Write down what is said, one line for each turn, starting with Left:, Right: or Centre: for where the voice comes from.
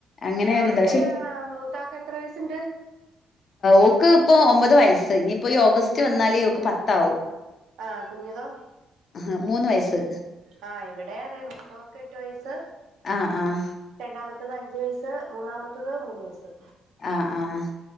Left: അങ്ങനെ
Right: അവിടത്തെ
Left: ഒരുതാ പക്ഷെ
Right: മൂത്താക്ക് എത്ര വയസുണ്ട്
Left: ഓക്ക് ഇപ്പൊ ഒമ്പത് വയസ്സ് ഇനിയിപ്പോ ഈ ഓഗസ്റ്റ് വന്നാല് ഓക്ക് പത്ത് ആവും
Right: ആഹ് കുഞ്ഞുതോ
Left: ആഹ് മൂന്ന് വയസ്സ്
Right: ആഹ് ഇവിടെ അതെ മൂത്തോക്ക് എട്ട് വയസ്
Left: ആഹ് ആഹ്
Right: രണ്ടാമത്തത് അഞ്ചു വയസ്സ് മൂന്നാമത്തത് മൂന്ന് വയസ്സ്
Left: ആഹ് ആഹ്